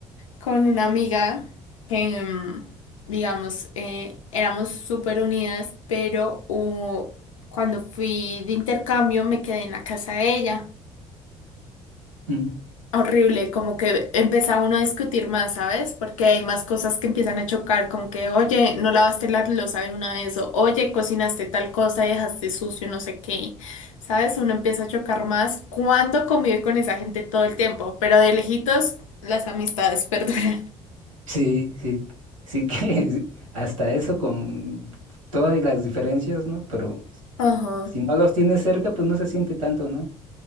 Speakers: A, on the left; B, on the right.
A: con una amiga que, mm, digamos, eh, éramos súper unidas, pero hubo- cuando fui de intercambio me quedé en la casa de ella.
B: Mm.
A: Horrible, como que empieza uno a discutir más, ¿sabes? Porque hay más cosas que empiezan a chocar, como que, oye, no lavaste la loza de una vez, o oye, cocinaste tal cosa y dejaste sucio, no sé qué, ¿sabes? Uno empieza a chocar más cuando convive con esa gente todo el tiempo, pero de lejitos las amistades <laughs> perduran.
B: Sí, sí, sí que <laughs> hasta eso con todas las diferencias, ¿no? Pero
A: Ajá.
B: si no los tienes cerca, pues no se siente tanto, ¿no?